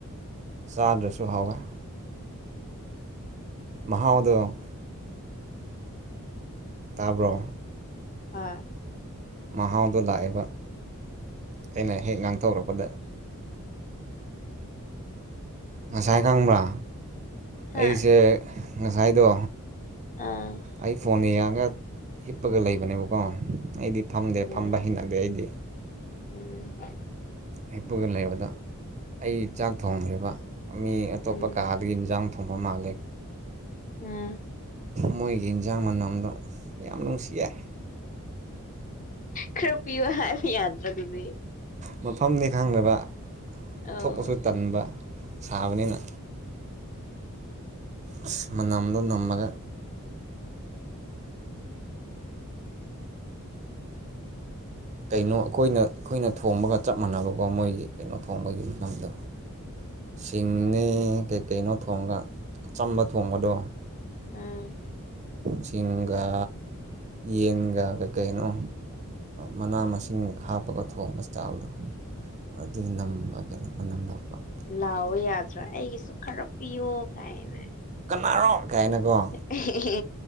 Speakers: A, on the right; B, on the left.
A: ꯆꯥꯗ꯭ꯔꯁꯨ ꯍꯥꯎꯋꯦ ꯃꯍꯥꯎꯗꯣ ꯇꯥꯕ꯭ꯔꯣ
B: ꯍꯣꯢ
A: ꯃꯍꯥꯎꯗꯣ ꯂꯥꯛꯑꯦꯕ ꯑꯩꯅ ꯍꯦꯛ ꯉꯥꯡꯊꯣꯛꯔꯛꯄꯗ ꯉꯁꯥꯏ ꯈꯪꯕ꯭ꯔꯥ
B: ꯍꯥ
A: ꯑꯩꯁꯦ ꯉꯁꯥꯏꯗꯣ
B: ꯑꯥ
A: ꯑꯩ ꯐꯣꯟ ꯌꯦꯡꯉꯥꯒ ꯍꯤꯞꯄꯒ ꯂꯩꯕꯅꯦꯕ ꯀꯣ ꯑꯩꯗꯤ ꯐꯝꯗꯦ
B: ꯎꯝ
A: ꯐꯝꯕ ꯍꯤꯡꯩꯅꯗꯦ ꯑꯩꯗꯤ
B: ꯎꯝ
A: ꯍꯦꯛꯄꯒ ꯂꯩꯕꯗꯣ ꯑꯩ ꯆꯥꯛ ꯊꯣꯡꯈ꯭ꯔꯤꯕ ꯃꯤ ꯑꯇꯣꯞꯄ
B: ꯎꯝ
A: ꯀꯥ ꯑꯗꯨ ꯌꯦꯟꯖꯥꯡ ꯊꯣꯡꯐꯝ ꯃꯥꯜꯂꯤ
B: ꯎꯝ
A: ꯃꯣꯏꯒꯤ ꯏꯟꯁꯥꯡ ꯃꯅꯝꯗꯣ ꯌꯥꯝ ꯅꯨꯡꯁꯤꯌꯦ
B: ꯈꯔꯄꯤꯌꯣ ꯍꯥꯏ ꯌꯥꯗ꯭ꯔꯒꯗꯤ
A: ꯃꯐꯝꯅꯤ ꯈꯪꯗꯕ
B: ꯑꯣ
A: ꯊꯣꯛꯄꯁꯨ ꯇꯟꯕ ꯁꯥꯕꯅꯤꯅ ꯑ ꯃꯅꯝꯗꯣ ꯅꯝꯃꯒ ꯀꯩꯅꯣ ꯑꯩꯈꯣꯏꯅ ꯑꯩꯈꯣꯏꯅ ꯊꯣꯡꯕꯒ ꯆꯞ ꯃꯥꯟꯅꯕꯀꯣ ꯃꯣꯏꯒꯤ ꯀꯩꯅꯣ ꯊꯣꯡꯕꯒꯤ ꯂꯝꯗꯣ ꯁꯤꯡꯅꯤ ꯀꯩꯀꯩꯅꯣ ꯊꯣꯡꯒ ꯑꯆꯝꯕ ꯊꯣꯡꯕꯗꯣ
B: ꯑꯝ
A: ꯆꯤꯡꯒ ꯌꯦꯟꯒ ꯀꯩꯀꯩꯅꯣ ꯃꯅꯥ ꯃꯁꯤꯡ ꯍꯥꯞꯄꯒ ꯊꯣꯡꯕ ꯆꯥꯛꯕꯗꯣ ꯑꯗꯨ ꯅ ꯀꯩꯅꯣꯃ ꯅꯝ ꯂꯄ <inaudible>
B: ꯂꯥꯎꯑꯣ ꯌꯥꯗ꯭ꯔꯥ ꯑꯩꯒꯤꯁꯨ ꯈꯔ ꯄꯤꯌꯣ ꯀꯥꯏꯅ
A: ꯀꯅꯥꯔꯣ ꯀꯥꯏꯅ ꯀꯣ
B: ꯍꯤ ꯍꯤ